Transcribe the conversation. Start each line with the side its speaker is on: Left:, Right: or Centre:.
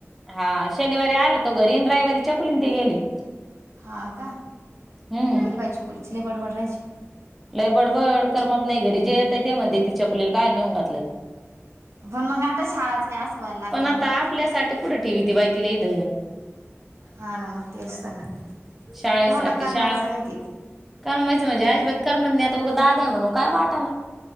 Centre: हा! शनिवारी आला तो घरी न रविवारी छकुलीन ते गेले.
Right: हा का!
Centre: हम्म
Right: गेली बाई छकुलीची लय बडबड राहायची.
Centre: लय बडबड करमत नाही. घरी जे येतयं ते म्हणते, त्या छकुलीला कायला नेऊन घातलं.
Right: पण मग आता शाळाचं हे अस व्हयला लागलं
Centre: पण आता
Right: ना ओ.
Centre: आपल्यासाठी कुड ठेवीती बाई तिला ईद.
Right: हा ना. मग तेच त ना.
Centre: शाळेसाठी
Right: तुम्हाला करमायच
Centre: शाळा
Right: नाही ते.
Centre: करमायचं म्हणजे अजिबात करमत नाही. आता उग दाद्याय म्हणून काय वाटाना.